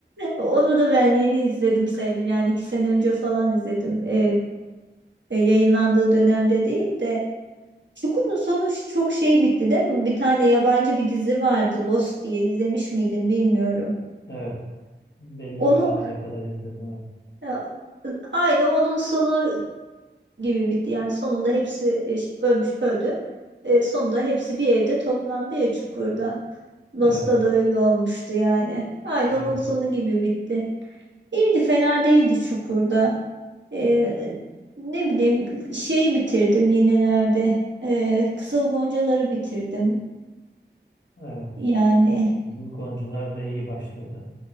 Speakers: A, on the right (about 75°); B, on the left (about 70°).
A: Onu da ben yeni izledim sayılır. Yani iki sene önce falan izledim. E, e, yayınlandığı dönemde değil de. Çukur'un sonu ş- çok şey bitti değil mi? Bir tane yabancı bir dizi vardı Lost diye izlemiş miydin bilmiyorum.
B: Evet. Belli
A: Onu
B: bölümüne kadar izledim. Evet.
A: Ya, Aynı onun sonu gibi bitti. Yani sonunda hepsi e, ş- ölmüş öldü. E, sonunda hepsi bir evde toplandı ya çukurda. Lost'ta
B: Evet.
A: da öyle olmuştu yani. Aynı
B: Evet.
A: onun sonu gibi bitti. İyiydi fena değildi çukurda. E, ne bileyim şeyi bitirdim yenilerde. E, Kızıl Goncaları bitirdim.
B: Evet.
A: Yani
B: Kızıl Goncalar da iyi başladı.